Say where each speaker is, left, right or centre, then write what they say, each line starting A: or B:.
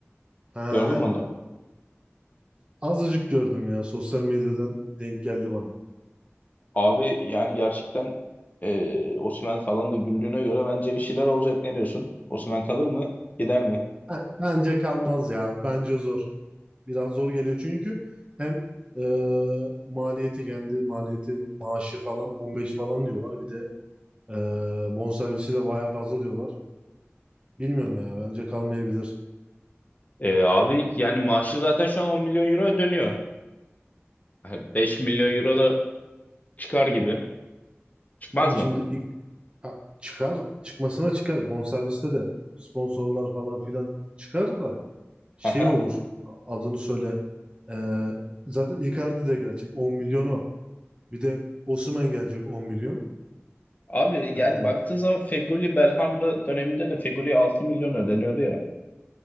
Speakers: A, on the right; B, on the left.
A: He.
B: Gördün mü onu?
A: Azıcık gördüm ya. Sosyal medyadan denk geldi bana.
B: Abi yani gerçekten e, Osimhen falan da güldüğüne göre bence bir şeyler olacak. Ne diyorsun? Osimhen kalır mı? Gider mi?
A: Ha, Bence kalmaz ya. Bence zor. Biraz zor geliyor çünkü hem e, maliyeti kendi maliyeti maaşı falan 15 falan diyorlar. Bir de e, bonservisi de baya fazla diyorlar. Bilmiyorum ya. Bence kalmayabilir.
B: E, abi yani maaşı zaten şu an 10 milyon euro dönüyor. Yani 5 milyon euro da çıkar gibi. Çıkmaz
A: Ama
B: mı?
A: şimdi ilk a- çıkar çıkmasına çıkar. Bonserviste de sponsorlar falan filan çıkar da şey
B: Aha.
A: olur a- adını söyle. Ee, zaten Icardi de gelecek 10 milyon o. Bir de Osimhen gelecek 10 milyon.
B: Abi yani
A: Yani
B: baktığın zaman Fegoli Belhanda döneminde de Fegoli 6 milyon ödeniyordu ya.